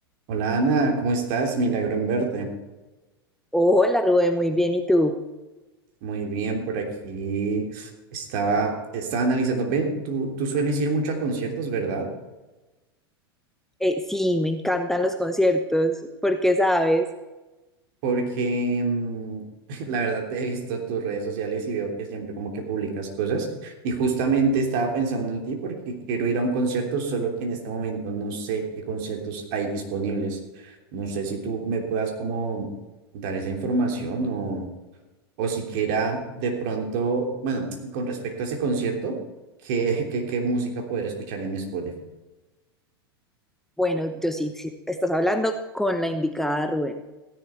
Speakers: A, on the right; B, in the centre.
A: Hola Ana, ¿cómo estás? Milagro en verte.
B: Hola Rubén, muy bien. ¿Y tú?
A: Muy bien, por aquí estaba, estaba analizando. Ve, tú, tú sueles ir mucho a conciertos, ¿verdad?
B: Eh, sí, me encantan los conciertos, porque sabes,
A: Porque mm, <laughs> la verdad te he visto en tus redes sociales y veo que siempre como que publicas cosas. Y justamente estaba pensando en ti porque quiero ir a un concierto, solo que en este momento no sé qué conciertos hay disponibles. No sé si tú me puedas como dar esa información o o siquiera de pronto, bueno, con respecto a ese concierto, ¿qué, qué, qué música poder escuchar en mi Spotify?
B: bueno, yo sí, sí, estás hablando con la indicada Rubén.